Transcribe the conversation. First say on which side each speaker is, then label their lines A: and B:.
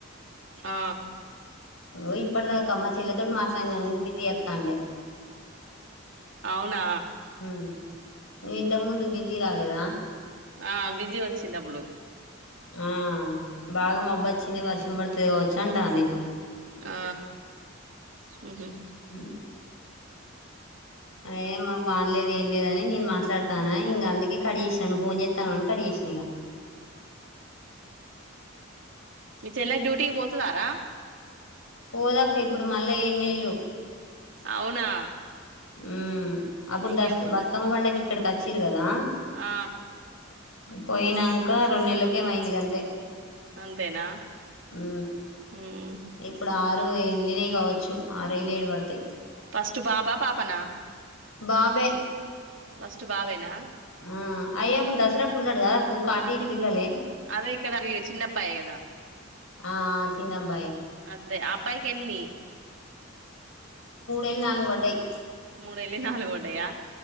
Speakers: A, on the right; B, on the left.
A: ఆ
B: ఓ ఇప్పటిదాకా మా చెల్లెతోటి మాట్లాడిన నీకు బిజీ అతంటే.
A: అవునా
B: ఉ నువ్ ఇంతకు ముందు బిజీ రాలేదా
A: ఆ బిజీ వచ్చింది అప్పుడు
B: ఆ బాగా మబ్బచ్చింది వర్షం పడితదిగావచ్చు అంటాంది
A: ఆ ఉహు
B: ఊ ఏ మాకు వాన్ లేద్ ఏం లేదని నేన్ మాట్లాతన ఇంగ అందుకే కడి జేషిన నువ్ ఫోన్ జేతనవని కడిజేశిన ఇంగ
A: మీ చెల్ల డ్యూటీకి బోతదరా?
B: పోదక్క ఇప్పుడు మళ్ళ ఎన్నేళ్ళు
A: అవునా
B: ఊ అప్పుడు
A: ఇంకేం
B: దస్
A: పోతది
B: బతుకమ్మ పండకి ఇక్కడకి వచ్చీరు కదా
A: ఆ
B: పోయినంక రొన్ నెలకేమో అయింది గంతే
A: అంతేనా
B: ఊ
A: మ్మ్
B: ఇపుడు ఆర్ రు ఎల్లినయ్ కావచ్చు ఆరుఎళ్ళి ఏడు వడతయి
A: ఫస్టు బాబా పాపనా?
B: బాబే
A: ఫస్టు బావేనా
B: ఆ అయ్యప్పుడు దసరాప్పుడు ఉన్నడు కదక్క ఊక అటు ఇటు తిరగలే
A: అదె ఇక్కడ మీ చిన్నబ్బాయే కదా
B: ఆ చిన్నబ్బాయే.
A: అదే ఆ అబ్బాయికి ఎన్ని?
B: ఎల్ నాలుగు వడ్డయ్.
A: మూడేలి నాలుగు వడ్డయా?